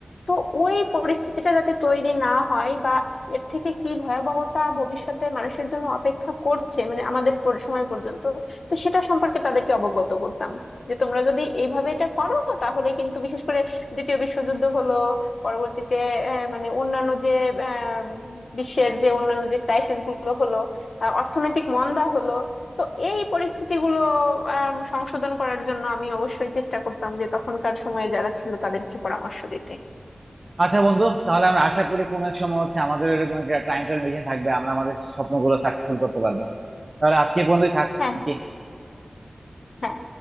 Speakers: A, on the left (about 85°); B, on the right (about 50°).
A: তো ওই পরিস্থিতিটা যাতে তৈরি না হয় বা এর থেকে কি ভয়াবহতা ভবিষ্যতে মানুষের জন্য অপেক্ষা করছে মানে আমাদের পর- সময় পর্যন্ত তো সেটা সম্পর্কে তাদেরকে অবগত করতাম যে তোমরা যদি এইভাবে এটা করো তাহলে কিন্তু বিশেষ করে দ্বিতীয় বিশ্বযুদ্ধ হলো পরবর্তীতে আহ, মানে অন্যান্য যে আহ, বিশ্বের যে অন্যান্য যে ক্রাইসিস গুলো হলো আহ, অর্থনৈতিক মন্দা হলো তো এই পরিস্থিতিগুলো আহ, সংশোধন করার জন্য আমি অবশ্যই চেষ্টা করতাম যে তখনকার সময়ে যারা ছিল তাদেরকে পরামর্শ দিতে
B: আচ্ছা বন্ধু তাহলে আমরা আশা করি কোনো এক সময় হচ্ছে আমাদের এরকম একটা টাইম ট্রায়াল মেশিন থাকবে আমরা আমাদের স্বপ্নগুলো সাকসেসফুল করতে পারবো তাহলে আজকে বন্ধুই থাক
A: হ্যাঁ
B: নাকি
A: হ্যাঁ